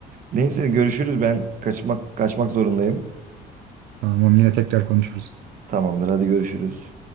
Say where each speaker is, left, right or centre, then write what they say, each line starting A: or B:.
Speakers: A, on the right (about 55°); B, on the right (about 80°).
A: Neyse görüşürüz ben kaçmak kaçmak zorundayım.
B: Tamam yine tekrar konuşuruz.
A: Tamamdır hadi görüşürüz.